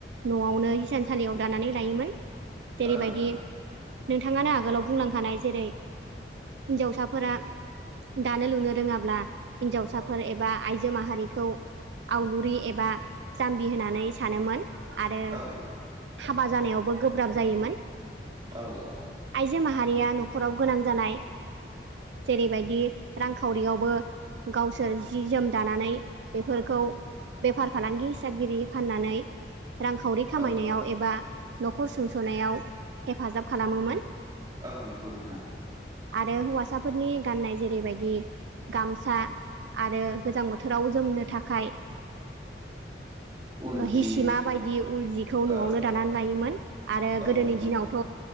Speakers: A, on the right; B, on the right.
A: न'आवनो हिसानसालियाव दानानै लायोमोन जेरैबायदि
B: ओं ओं
A: नोंथाङानो आगोलाव बुंलांखानाय जेरै हिनजावसाफोरा दानो लुनो रोङाब्ला हिनजावसाफोर एबा आइजो जो माहारिखौ आवलुरि एबा जाम्बि होननानै सानोमोन आरो
B: औ
A: हाबा जानायावबो गोब्राब जायोमोन
B: औ औ
A: आइजो माहारिया न'खराव गोनां जानाय जेरैबायदि रांखावरियावबो गावसोर जि जोम दानानै बेफोरखौ बेफार फालांगि हिसाबगिरि फाननानै। रांखावरि खामायनायाव
B: औ
A: एबा न'खर सुंस'नायाव हेफाजाब खालामोमोन।
B: औ नोंगौ नोंथां।
A: आरो हौवासाफोरनि गाननाय जेरैबायदि। गामसा आरो गोजां बोथोराव जोमनो थाखाय।
B: उल
A: ओ
B: जि
A: हिसिमा बायदि उल जिखौ न'आवनो
B: औ
A: दानानै लायोमोन। आरो गोदोनि
B: औ नंगौ
A: दिनावथ'
B: नोंथां